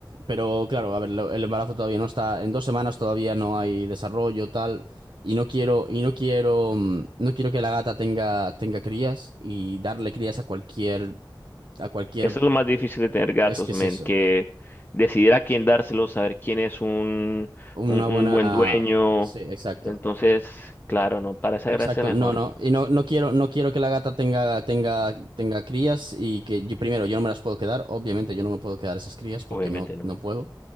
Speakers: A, on the right; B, on the left.
A: Pero claro, a ver, lo- el embarazo todavía no está, en dos semanas todavía no hay desarrollo, tal, y no quiero, y no quiero, mm, no quiero que la gata tenga, tenga crías y darle crías a cualquier, a cualquier,
B: Eso es lo más difícil de tener gatos,
A: es que es
B: men,
A: eso,
B: que decidir a quién dárselo, saber quién es un,
A: una
B: un,
A: buena,
B: un buen dueño.
A: sí, exacto.
B: Entonces, claro, no, para esa
A: Exacto,
B: gracia mejor,
A: no, no, y no, no quiero, no quiero que la gata tenga, tenga, tenga crías y que yo- primero yo no me las puedo quedar, obviamente yo no me puedo quedar esas crías porque
B: obviamente
A: no,
B: no.
A: no puedo